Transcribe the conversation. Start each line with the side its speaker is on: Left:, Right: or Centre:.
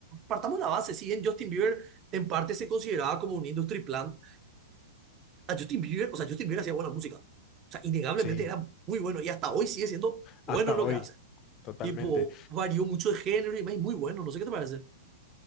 Right: partamos la base, si bien Justin Bieber en parte se consideraba como un industry plant, a Justin Bieber, o sea, Justin Bieber hacía buena música. O sea, innegablemente
Left: sí,
Right: era muy bueno y hasta hoy sigue siendo bueno
Left: hasta
Right: en lo
Left: hoy,
Right: que hace.
Left: totalmente.
Right: Tipo, varió mucho de género y es muy bueno, no sé qué te parece.